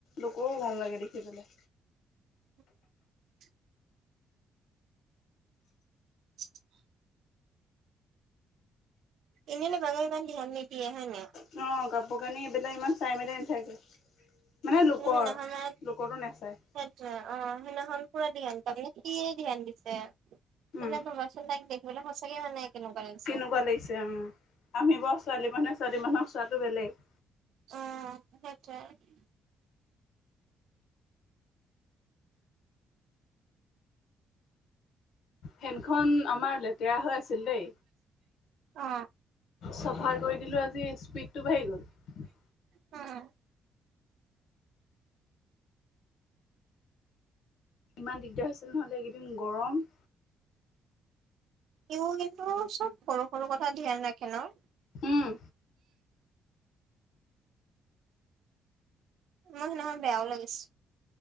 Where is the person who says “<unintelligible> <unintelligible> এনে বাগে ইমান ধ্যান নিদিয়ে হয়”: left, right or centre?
Right